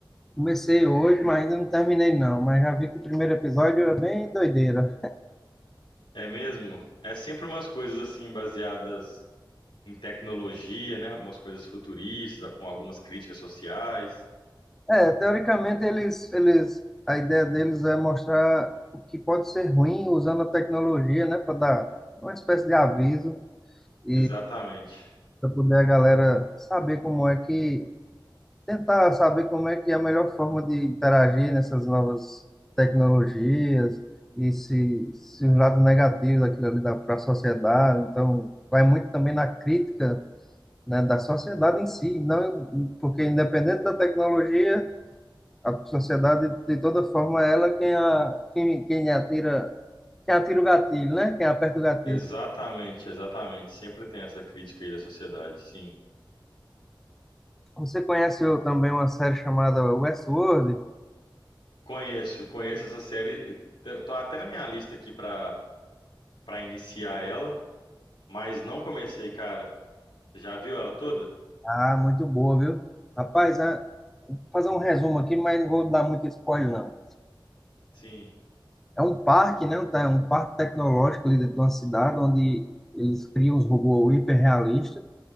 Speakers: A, in the centre; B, on the left.
A: Comecei hoje, mas ainda não terminei não, mas já vi que o primeiro episódio é bem doideira.
B: É mesmo? É sempre umas coisas assim baseadas em tecnologia, né? Umas coisas futuristas, com algumas críticas sociais.
A: É, teoricamente eles, eles, a ideia deles é mostrar o que pode ser ruim usando a tecnologia, né, para dar uma espécie de aviso. e
B: Exatamente.
A: para poder a galera saber como é que tentar saber como é que é a melhor forma de interagir nessas novas tecnologias e se, se os lados negativos daquilo ali para a sociedade. Então, vai muito também na crítica, né, da sociedade em si, não porque independente da tecnologia, a sociedade de toda forma é ela quem a, quem, quem atira quem atira o gatilho, né? Quem aperta o gatilho.
B: Exatamente, exatamente. Sempre tem essa crítica aí da sociedade, sim.
A: Você conhece eu, também uma série chamada Westworld,
B: Conheço, conheço essa série. T- Tô até na minha lista aqui pra para iniciar ela. Mas não comecei, cara. Já viu ela toda?
A: Ah, muito boa, viu? Rapaz, ah, vou fazer um resumo aqui, mas não vou dar muito spoiler, não.
B: Sim,
A: É um parque, né? tá? É um parque tecnológico ali dentro de uma cidade, onde eles criam os robôs hiperrealistas.